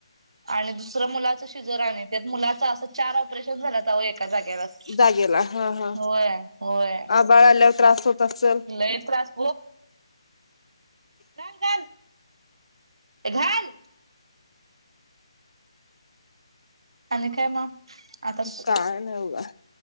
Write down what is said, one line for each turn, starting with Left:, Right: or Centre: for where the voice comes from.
Right: आणि दुसरं मुलाच शिजर आणि त्या मुलाच असं चार ऑपरेशन झाला अहो एका जागेलाच
Left: जागेला हा हा
Right: होय होय
Left: आबाळ आल्यावर त्रास होत असेल
Right: लय एक त्रास घाल घाल घाल आणि काय मग आता
Left: काय नाही बघा